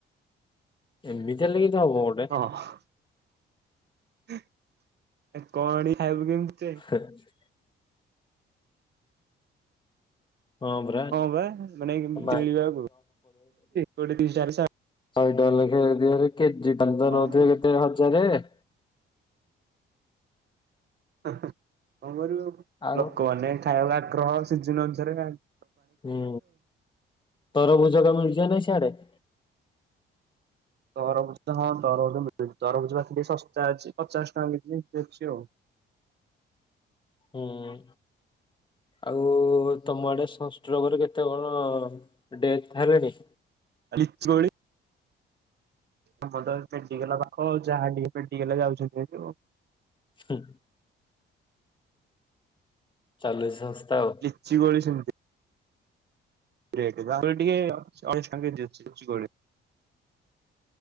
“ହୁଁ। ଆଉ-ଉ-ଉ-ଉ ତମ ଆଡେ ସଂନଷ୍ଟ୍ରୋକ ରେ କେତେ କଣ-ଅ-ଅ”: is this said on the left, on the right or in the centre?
Left